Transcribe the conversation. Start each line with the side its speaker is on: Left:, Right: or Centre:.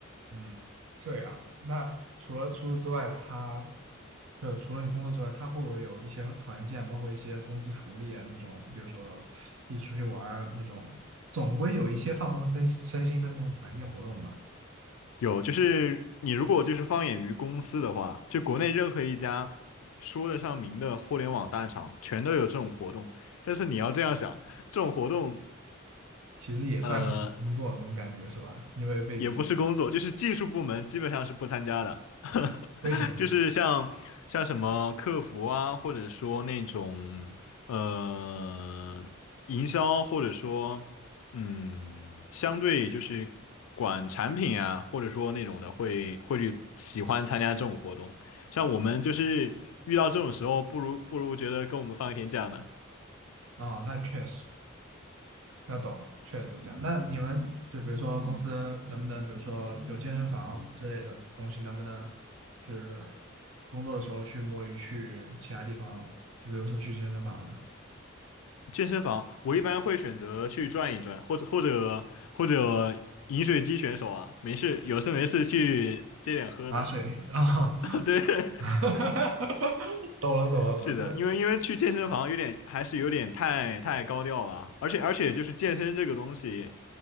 Right: 嗯，这样子。那除了除此之外，他呃，除了你工作之外，他会不会有一些团建，包括一些公司福利啊那种，比如说一起出去玩儿那种，总归有一些放松身心身心的那种团建活动吧。
Left: 有，就是你如果就是放眼于公司的话，就国内任何一家说得上名的互联网大厂，全都有这种活动。但是你要这样想，这种活动，
Right: 其实也算是一种工作那种感觉是吧？
Left: 呃，
Right: 因为被逼，
Left: 也不是工作，就是技术部门基本上是不参加的。<laughs>
Right: 为什么呢？
Left: 就是像像什么客服啊，或者说那种呃营销，或者说嗯，相对就是管产品啊，或者说那种的会会去喜欢参加这种活动。像我们就是遇到这种时候，不如不如觉得跟我们放一天假呢。
Right: 啊，那确实，那懂了，确实是这样。那你们就比如说公司能不能，比如说有健身房之类的东西，能不能就是工作的时候去摸鱼，去其他地方，比如说去健身房呢？
Left: 健身房我一般会选择去转一转，或者或者或者饮水机选手啊，没事有事没事去接点喝的。
Right: 打水啊，
Left: <laughs> 对。
Right: <laughs> 懂了懂了懂了。
Left: 是的，
Right: 那
Left: 因为因为去健身房有点还是有点太太高调了，而且而且就是健身这个东西，